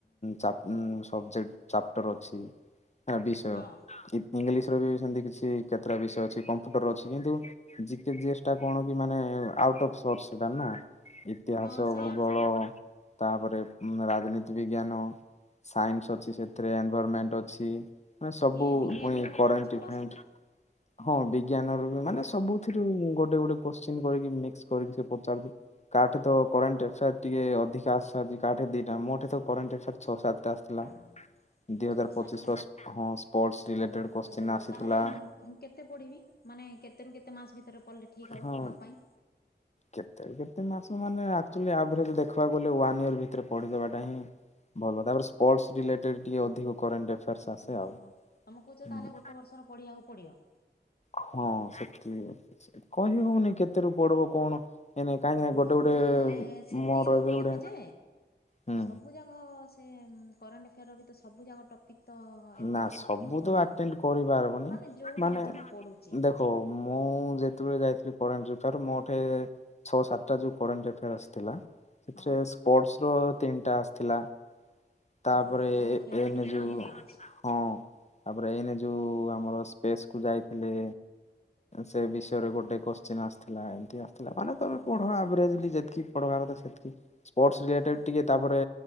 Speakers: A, on the left; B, on the left.
A: ଚାପ୍, ଉଁ ସବଜେକ୍ଟ ଚାପ୍ଟର ଅଛି ବିଷୟ
B: ହଁ
A: ଇଂଲିଶର ବି ସେମିତି କିଛି କେତେଟା ବିଷୟ ଅଛି କମ୍ପ୍ୟୁଟର ଅଛି କିନ୍ତୁ ଜିକେ ଜିସ୍ ଟା କଣ କି ମାନେ ଆଉଟ ଅଫ୍ ସୋର୍ ସେଇଟା ନା ଇତିହାସ
B: ହଁ ସେଇଆ
A: ଭୂଗୋଳ।
B: ପରା
A: ତାପରେ ରାଜନୀତି ବିଜ୍ଞାନ। ସାଇନ୍ସ ଅଛି ସେଥିରେ ଏନଭରନମେଣ୍ଟ ଅଛି। ନା ସବୁ
B: ଇଏ ବିଜ୍ଞାନ
A: ପୁଣି
B: ଯାକ
A: କରେ
B: ପଡୁଛି
A: ଟ୍ରିଟମେଣ୍ଟ।
B: ପରା ସବୁ
A: ହଁ ବିଜ୍ଞାନ ର ବି ମାନେ ସବୁଥିରୁ ଗୋଟେ ଗୋଟେ କୋଶ୍ଚିନ୍ କରିକି ମିକ୍ସ କରିକି ସେ ପଚାରନ୍ତି। କାଠେ ତ କରେଣ୍ଟ ଏଫୋୟାର ଟିକେ ଅଧିକ ଆସିସାରଛି କା ଠେ ଦୁଇଟା ମୋଠେ ତ କରେଣ୍ଟ ଏଫେୟାର ଛଅ ସାତଟା ଆସିଥିଲା।
B: ହ
A: ଦି ହଜାର
B: ଛଅ ସାତଟା
A: ପଚିଶର ହଁ ସ୍ପୋର୍ଟସ ରିଲେଟେଡ୍
B: ଓହୋ
A: କୋଶ୍ଚିନ୍ ଆସିଥିଲା।
B: ତାହେଲେ ମୁଁ କେତେ ପଡ଼ିବି? ମାନେ କେତେରୁ କେତେ ମାସ ଭିତରେ ପଢିଲେ ଠିକ୍ ହେବ
A: ହଁ
B: ମୋ ପାଇଁ।
A: କେତେ ରୁ କେତେ ମାସ ମାନେ ଆକ୍ଚୁଲି ଆଭରେଜ୍ ଦେଖିବାକୁ ଗଲେ ୱାନ୍ ଇୟରର୍ ଭିତରେ ପଢିଦେବାଟା ହିଁ। ଭଲ ତାପରେ ସ୍ପୋର୍ଟସ ରିଲେଟେଡ୍ ଟିକେ ଅଧିକ କରେଣ୍ଟ ଆଫେୟାର୍ସ। ଆସେ
B: ଓହୋ ତମେ କହୁଛ
A: ଆଉ।
B: ତାହେଲେ ଗୋଟେ ବର୍ଷର ପଢିବାକୁ ପଡିବ?
A: ହଁ ସେଠି ଅ କହି
B: ହଁ
A: ହଉନି କେତେ ର ପଡିବ କଣ? ଏଇନେ କାହିଁକି
B: ଓହ
A: ନା ଗୋଟେ ଗୋଟେ
B: ଯେ ସେତିକି
A: ମୋର
B: ତ
A: ଏବେ
B: ପଢିବି
A: ଗୋଟେ
B: ଯେ
A: ହୁଁ
B: ସବୁ ଜ ସେ କରେଣ୍ଟ ଏଫେୟାର ର ବି ତ ସବୁ ଯାଗ ଟପ ିକ ତ ଏତେ
A: ନା
B: କିଛି
A: ସବୁ
B: କଭର କରିହବନି
A: ତ ଆଟେଣ୍ଡ କରିପାରିବନି
B: ମାନେ ଯୋଉଟା
A: ମାନେ
B: ଅଧିକ ପଡୁଛି।
A: ଦେଖ ମୁଁ ଯେତେବେଳେ ଯାଇଥିଲି କରେଣ୍ଟ ଏଫେୟାର ମୋଠ ଛଅ ସାତଟା ଯୋଉ କରେଣ୍ଟ ଏଫେୟାର ଆସିଥିଲା। ସେଥିରେ
B: ହଁ।
A: ସ୍ପୋର୍ଟସର ତିନିଟା ଆସିଥିଲା। ତାପରେ
B: ଓହୋ ତାହେଲେ ଖେଳ
A: ଏଇନେ
B: ହିଁ ଟିକେ
A: ଯୋଉ
B: ଅଧିକ ଆଉଛି।
A: ହଁ ତାପରେ ଏଇନେ ଯୋଉ ଆମର ସ୍ପେସ୍ କୁ ଯାଇଥିଲେ। ସେ ବିଷୟରେ ଗୋଟେ କୋଶ୍ଚିନ୍ ଆସିଥିଲା ଏମିତି ଆ ଥିଲା ମାନେ
B: ଓହୋ
A: ତମେ
B: ହୋ
A: ପଢ ଯେତିକି ପଢ କଥା ସେତିକି ସ୍ପୋର୍ଟସ ରିଲେଟେଡ୍
B: ହୋ
A: ଟିକେ ତାପରେ